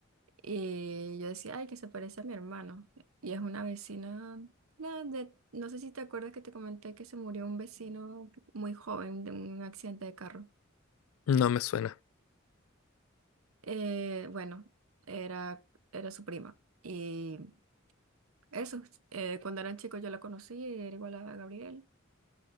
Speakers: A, on the right (about 85°); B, on the left (about 80°).
A: Y yo decía, ay, que se parece a mi hermano. Y es una vecina, na- de- no sé si te acuerdas que te comenté que se murió un vecino muy joven de un accidente de carro.
B: no me suena.
A: Eh, bueno, era, era su prima. Y eso, eh, cuando eran chicos yo la conocí, era igual a Gabriel.